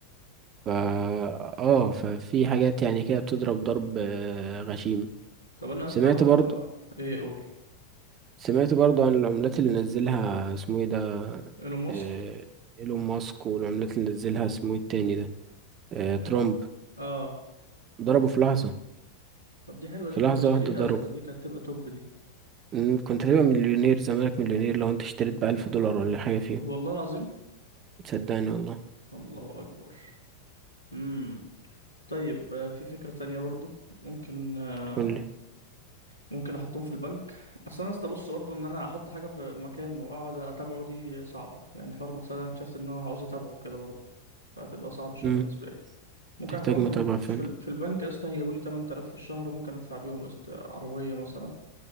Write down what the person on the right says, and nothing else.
فا اه ففي حاجات يعني كده بتضرب ضرب آه، غشيم
سمعت
برضو
سمعت برضو عن العملات اللي نزلها اسمه ايه ده
آه، ايلون ماسك والعملات اللي نزلها اسمه ايه التاني ده آه،
ترامب
ضربه في لحظة
في
لحظة
واحدة ضربه
إن كنت هتبقى مليونير زمانك مليونير لو انت اشتريت بألف دولار ولا حاجة فيه
صدقني والله
قول لي
مم.
تحتاج
متابعة
فعلا